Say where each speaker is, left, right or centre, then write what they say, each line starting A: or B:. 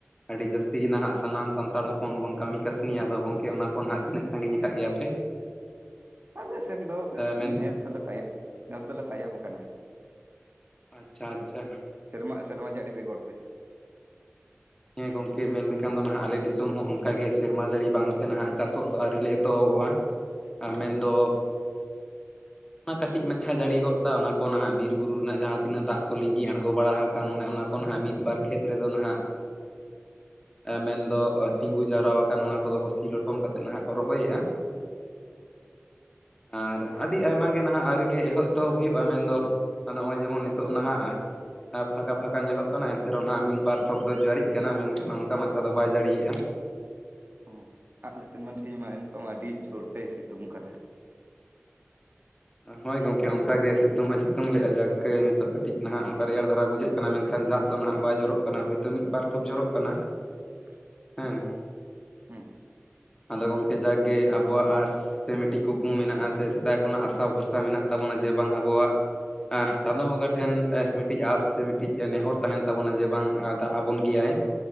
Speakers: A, on the left; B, on the right.
A: ᱟᱹᱰᱤ ᱡᱟᱹᱥᱛᱤ ᱜᱮ ᱱᱷᱟᱸᱜ ᱥᱟᱱᱟᱢ ᱥᱟᱱᱛᱟᱲ ᱦᱚᱯᱚᱱ ᱵᱚᱱ ᱠᱟᱹᱢᱤ ᱠᱟᱹᱥᱱᱤᱭᱟ ᱟᱫᱚ ᱜᱚᱢᱠᱮ ᱚᱱᱟ ᱠᱚ ᱱᱷᱟᱸᱜ ᱛᱤᱱᱟᱹᱜ ᱥᱟᱺᱜᱤᱧ ᱟᱠᱟᱫ ᱜᱮᱭᱟ ᱯᱮ?
B: ᱟᱞᱮ ᱥᱮᱱ ᱫᱚ
A: ᱢᱮᱱ
B: ᱱᱮᱥ ᱫᱚᱞᱮ ᱛᱟᱭᱚᱢ ᱱᱮᱥ ᱫᱚᱞᱮ ᱛᱟᱭᱚᱢ ᱟᱠᱟᱱᱟ᱾
A: ᱟᱪᱪᱷᱟ-ᱟᱪᱪᱷᱟᱼᱼ
B: ᱥᱮᱨᱢᱟᱜ ᱮ ᱥᱮᱨᱢᱟ ᱡᱟᱹᱲᱤ ᱵᱮᱜᱚᱨ ᱛᱮ,
A: ᱦᱮᱸ ᱜᱚᱝᱠᱮ ᱢᱮᱱ ᱞᱮᱠᱷᱟᱱ ᱫᱚ ᱱᱷᱟᱜ ᱟᱞᱮ ᱫᱤᱥᱚᱢ ᱦᱚᱸ ᱚᱱᱠᱟᱜᱮ ᱥᱮᱨᱢᱟ ᱡᱟᱹᱲᱤ ᱵᱟᱝᱛᱮ ᱱᱟᱦᱟᱜ ᱪᱟᱥᱚᱜ ᱫᱚ ᱟᱹᱣᱨᱤ ᱞᱮ ᱮᱛᱚᱦᱚᱵᱚᱜ-ᱟ᱾
B: <inaudible>
A: ᱟᱸ ᱢᱮᱱᱫᱚᱼᱼ
B: <inaudible>
A: ᱚᱱᱟ ᱠᱟᱹᱴᱤᱡ ᱢᱟᱪᱷᱟ ᱡᱟᱹᱲᱤ ᱜᱚᱫ ᱫᱟ ᱚᱱᱟ ᱠᱚ ᱱᱟᱸᱜ ᱵᱤᱨ ᱵᱩᱨᱩ ᱨᱮᱱᱟᱜ ᱡᱟᱦᱟᱸ ᱛᱤᱱᱟᱹᱜ ᱫᱟᱜ ᱠᱚ ᱞᱤᱜᱤ ᱟᱬᱜᱚ ᱵᱟᱲᱟ ᱟᱠᱟᱱ ᱚᱱᱮ ᱚᱱᱟᱼᱼ ᱠᱚ ᱱᱷᱟᱸᱜ ᱢᱤᱫ ᱵᱟᱨ ᱠᱷᱮᱛ ᱨᱮᱫᱚ ᱱᱷᱟᱸᱜᱼᱼ ᱮᱸ ᱢᱮᱱᱫᱚ ᱛᱤᱸᱜᱩ ᱡᱟᱣᱨᱟ ᱟᱠᱟᱱ ᱚᱱᱟ ᱠᱚᱫᱚ ᱠᱚ ᱥᱤ ᱞᱚᱴᱚᱢ ᱠᱟᱛᱮᱜ ᱱᱷᱟᱸᱜ ᱠᱚ ᱨᱚᱦᱚᱭ-ᱮᱜᱟ᱾
B: <inaudible>
A: ᱟᱨ ᱟᱹᱰᱼᱼ ᱟᱹᱰᱤ ᱟᱭᱢᱟ ᱜᱮ ᱱᱷᱟᱸᱜ ᱟᱹᱣᱨᱤ ᱜᱮ ᱮᱦᱚᱵ ᱮᱛᱚᱦᱚᱵ ᱦᱩᱭᱩᱜ-ᱟ, ᱢᱮᱱᱫᱚ ᱱᱚᱜ-ᱚᱭ ᱡᱮᱢᱚᱱ ᱱᱤᱛᱚᱜ ᱱᱟᱦᱟᱸᱜᱼᱼ ᱯᱷᱟᱸᱠᱟ ᱯᱷᱟᱸᱠᱟ ᱧᱮᱞᱚᱜ ᱠᱟᱱᱟ ᱮᱱᱛᱮ ᱨᱮᱦᱚᱸ ᱦᱟᱸᱜ ᱢᱤᱫ ᱵᱟᱨ ᱴᱷᱚᱯᱼᱼ ᱠᱚ ᱡᱟᱹᱲᱤᱜ ᱠᱟᱱᱟ ᱢᱮᱱᱠᱷᱟᱱ ᱚᱱᱠᱟ ᱢᱟᱪᱷᱟ ᱫᱚ ᱵᱟᱭ ᱡᱟᱹᱲᱤᱭᱮᱜ-ᱟ᱾
B: ᱦᱚᱸ ᱟᱞᱮ ᱥᱮᱱᱢᱟ ᱛᱮᱦᱤᱧ ᱢᱟ ᱱᱤᱛᱚᱝ ᱦᱚᱸ ᱟᱹᱰᱤ ᱡᱳᱨᱛᱮᱭ ᱥᱤᱛᱩᱝ ᱠᱟᱫᱟ᱾
A: ᱦᱳᱭ ᱜᱚᱝᱠᱮ ᱚᱱᱠᱟᱜᱮ ᱥᱤᱛᱩᱝ ᱦᱚᱸᱭ ᱥᱤᱛᱩᱝ ᱞᱮᱜ-ᱟ ᱡᱟᱠ ᱜᱮ ᱱᱤᱛᱚᱜ ᱠᱟᱹᱴᱤᱡ ᱱᱷᱟᱜ ᱚᱱᱠᱟ ᱨᱮᱭᱟᱲ ᱫᱷᱟᱨᱟ ᱵᱩᱡᱷᱟᱹᱜᱼᱼ ᱠᱟᱱᱟ ᱢᱮᱱᱠᱷᱟᱱ ᱫᱟᱜ ᱫᱚ ᱱᱷᱟᱜ ᱵᱟᱭ ᱡᱚᱨᱚᱜ ᱠᱟᱱᱟ ᱦᱳᱭᱛᱚ ᱢᱤᱫ-ᱵᱟᱨ ᱴᱷᱚᱯ ᱡᱚᱨᱚᱜ ᱠᱟᱱᱟ,
B: <inaudible>
A: ᱦᱮᱸ
B: ᱦᱮᱸ
A: ᱟᱫᱚ ᱜᱚᱝᱠᱮ ᱡᱟᱠ ᱜᱮ ᱟᱵᱚᱣᱟᱜ ᱟᱸᱥ ᱥᱮ ᱢᱤᱫᱴᱤᱡ ᱠᱩᱠᱢᱩ ᱢᱮᱱᱟᱜ-ᱟ ᱥᱮ ᱥᱮᱫᱟᱭ ᱠᱷᱚᱱᱟᱜ ᱟᱥᱼᱼ ᱚᱠᱟ ᱵᱷᱚᱨᱥᱟ ᱢᱮᱱᱟᱜ ᱛᱟᱵᱚᱱᱟ ᱡᱮ ᱵᱟᱝ ᱟᱵᱚᱣᱟᱜᱼᱼ ᱟᱸᱦ ᱪᱟᱸᱫᱳ ᱵᱚᱸᱜᱟ ᱴᱷᱮᱱ ᱢᱤᱫᱴᱤᱡ ᱟᱸᱥ ᱥᱮ ᱢᱤᱫᱴᱤᱡ ᱱᱮᱦᱚᱨ ᱛᱟᱦᱮᱸᱱ ᱛᱟᱵᱚᱱᱟ ᱡᱮ ᱵᱟᱝᱼᱼ ᱫᱟᱜ ᱟᱵᱚᱱ ᱜᱮᱭᱟᱭ,